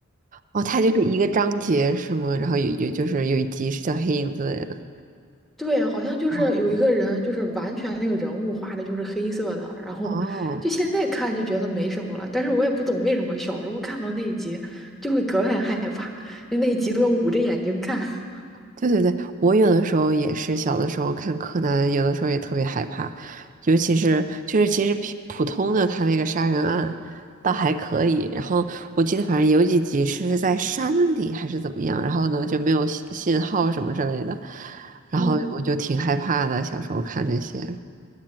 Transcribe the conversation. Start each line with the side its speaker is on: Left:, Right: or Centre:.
Right: 哦，它就是一个章节是吗？然后有有就是有一集是叫黑影子的人。
Centre: 对，好像就是有一个人，
Right: 哦
Centre: 就是完全那个人物画的就是黑色的，然后就现在看就觉得没什么了，
Right: 哦，
Centre: 但是我也不懂为什么小时候看到那一集就会格外害怕，就那一集都要捂着眼睛看。<laughs>
Right: 对对对，我有的时候也是，小的时候看柯南，有的时候也特别害怕，尤其是就是其实普普通的他那个杀人案倒还可以，然后我记得反正有几集是在山里还是怎么样，然后呢就没有信信号什么之类的，然后我就挺害怕的，
Centre: 哦，
Right: 小时候看这些。